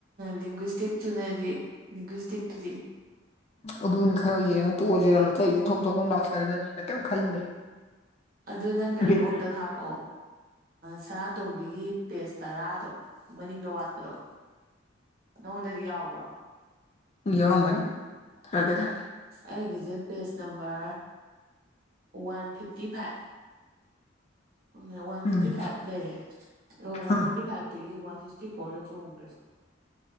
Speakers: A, on the right; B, on the left.
A: ꯂꯤꯡꯒꯨꯁꯇꯤꯛ ꯇꯨꯅꯗꯤ ꯂꯤꯡꯒꯨꯁꯇꯤꯛꯗꯤꯔꯤ
B: ꯑꯗꯨꯅꯤ ꯈꯔ ꯌꯦꯅ ꯇꯣꯁꯦꯔ ꯑꯇꯩ ꯑꯩꯗꯤ ꯊꯣꯛ ꯊꯣꯛ ꯂꯥꯛꯆꯔꯁꯅꯤꯅ ꯀꯔꯤꯝ ꯈꯟꯗ꯭ꯔꯦ
A: ꯑꯗꯨ ꯅꯪ ꯀꯩꯅꯣ
B: ꯕꯤꯠ
A: ꯑꯝꯇ ꯊꯥꯔꯛꯑꯣ ꯁꯔꯥꯇꯣꯝꯕꯤꯒꯤ ꯄꯦꯖ ꯇꯔꯥꯗꯣ ꯃꯅꯤꯡꯗ ꯋꯥꯠꯄꯗꯣ ꯅꯪꯉꯣꯟꯗꯗꯤ ꯌꯥꯎꯕ꯭ꯔꯥ
B: ꯌꯥꯎꯔꯝꯒꯅꯤ ꯊꯔꯒꯦ ꯊꯝꯔꯒꯦ
A: ꯑꯩꯒꯤꯁꯦ page number one fifty five uh one
B: um
A: fifty five ꯂꯩꯔꯦ ꯋꯥꯟ
B: ꯑꯥ
A: ꯐꯤꯞꯇꯤ ꯐꯥꯏꯚ ꯑꯦ ꯋꯥꯟ ꯁꯤꯛꯁꯇꯤ ꯐꯣꯔ ꯆꯣꯡ꯭ꯒꯔꯦ